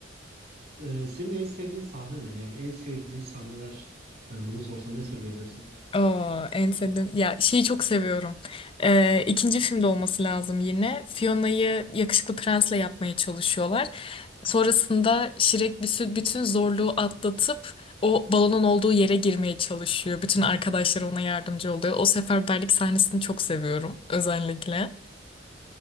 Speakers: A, on the right; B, on the left.
A: eee, senin en sevdiğin sahne ne? Yani en sevdiğin sahneler. Yani bunu sorsam ne söyleyebilirsin?
B: Oo, en sevdiğim ya şeyi çok seviyorum. Ee, ikinci filmde olması lazım yine. Fiona'yı yakışıklı prensle yapmaya çalışıyorlar. Sonrasında Şirek bütün, bütün zorluğu atlatıp o balonun olduğu yere girmeye çalışıyor. Bütün arkadaşları ona yardımcı oluyor. O seferberlik sahnesini çok seviyorum özellikle.